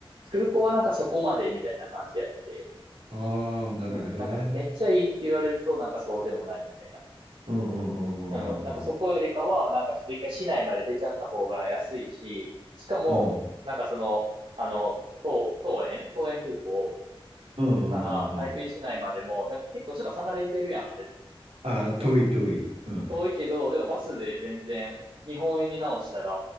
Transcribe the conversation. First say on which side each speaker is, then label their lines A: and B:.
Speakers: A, on the right (about 60°); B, on the right (about 80°).
A: 空港はなんかそこまでみたいな感じやって。
B: ああー、なるほどね。
A: うん、なんかめっちゃいいって言われると、なんかそうでもないみたいな。
B: うんうんうんうんうん
A: うん、なんかそこよりかは、なんかちょっと一回市内まで出ちゃった方が安いし、しかも、
B: うん。うん
A: なんかその、あの、桃、園、桃園空港
B: うんうんうんうん
A: から台北市内までも、なんか結構ちょっと離れてるやん、あれっ
B: あ、
A: 覚え、
B: 遠い遠い。
A: うん。
B: うん。
A: 遠いけど、でもバスで全然、日本円に直したら、